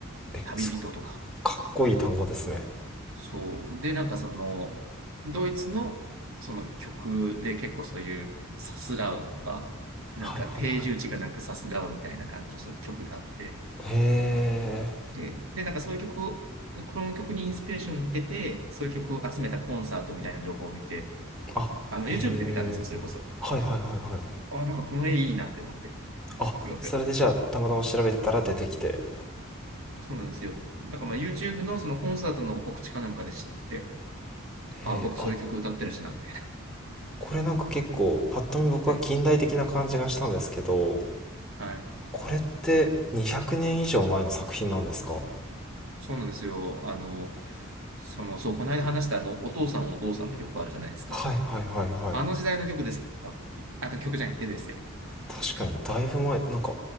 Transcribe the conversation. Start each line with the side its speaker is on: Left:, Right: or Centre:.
Centre: えすごい
Right: 旅人とか。
Centre: かっこいい単語ですね
Right: そう。で、なんかその、ドイツのその曲で結構そういうさすらうとか、なんか定住地がなくさすらうみたいな感じのそういう曲があって、
Centre: はいはいはいへえ
Right: で、で、なんかそういう曲を、この曲にインスピレーションを得て、そういう曲を集めたコンサートみたいな情報を見て、
Centre: あへ
Right: あの、YouTube で見たんですよ、
Centre: え
Right: それこそ。
Centre: はいはいはいはい
Right: あ、なんかこの絵いいなって思って、
Centre: あそれでじゃあたまたま調べたら出てきてへ
Right: すごく。そうなんですよ。だからまあ YouTube のそのコンサートの告知かなんかで知って、あ、
Centre: えあ
Right: 僕そういう曲歌ってるしな、みたい
Centre: これなんか結構パッと見僕は近代的な感じがしたんですけど
Right: な。はい。はい
Centre: これって200年以上前の作品なんですか
Right: そうなんですよ。あの、その、そう、この間話したあの、お父さんお父さんの曲あるじゃないですか。
Centre: はいはいはいはい
Right: あの時代の曲ですよ。多分あ、曲じゃない、絵ですよ。
Centre: 確かにだいぶ前なんか